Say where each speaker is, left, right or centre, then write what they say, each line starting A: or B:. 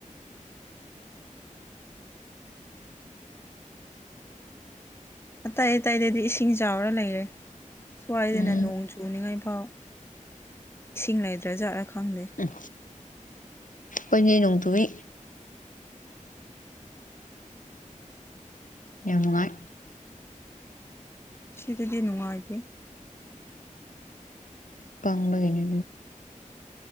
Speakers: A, on the left; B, on the left.
A: ꯑꯇꯩ ꯑꯇꯩꯗꯗꯤ ꯏꯁꯤꯡ ꯆꯥꯎꯔ ꯂꯩꯔꯦ ꯁ꯭ꯋꯥꯏꯗꯅ
B: ꯎꯝ
A: ꯅꯣꯡ ꯆꯨꯅꯤꯡꯉꯥꯏ ꯐꯥꯎ ꯏꯁꯤꯡ ꯂꯩꯗ꯭ꯔꯥ ꯖꯥꯠꯂꯥ ꯈꯪꯗꯦ
B: ꯎꯝ ꯑꯩꯈꯣꯏꯅꯦ ꯅꯣꯡꯇꯨꯏ ꯌꯥꯝ ꯅꯨꯡꯉꯥꯏ
A: ꯁꯤꯗꯗꯤ ꯅꯨꯡꯉꯥꯏꯇꯦ
B: ꯄꯥꯡꯕꯒꯅꯤ